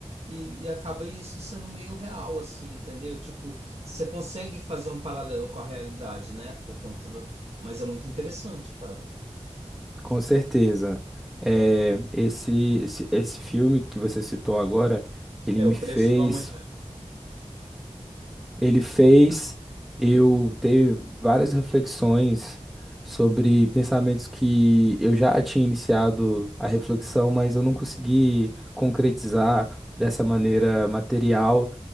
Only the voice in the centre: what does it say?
com certeza, é, esse, esse, esse filme que você citou agora, ele
me
fez,
ele fez eu ter várias reflexões sobre pensamentos que eu já tinha iniciado a reflexão, mas eu não consegui concretizar dessa maneira material.